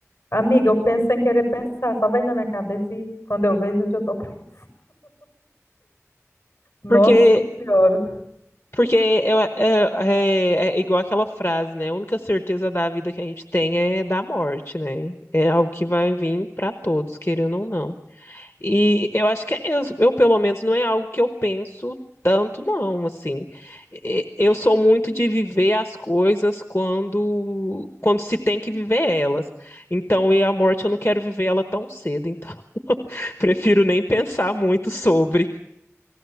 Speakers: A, on the left; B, on the left.
A: Amiga, eu penso sem querer pensar, só vem na minha cabeça e quando eu vejo eu já tô. <laughs> Nossa
B: Porque,
A: Senhora.
B: porque é, é, é- é igual aquela frase, né? A única certeza da vida que a gente tem é da morte, né? É algo que vai vir para todos, querendo ou não. E eu acho que é isso. Eu, pelo menos, não é algo que eu penso tanto, não, assim. E- Eu sou muito de viver as coisas quando quando se tem que viver elas. Então, e a morte eu não quero viver ela tão cedo, então <laughs> prefiro nem pensar muito sobre.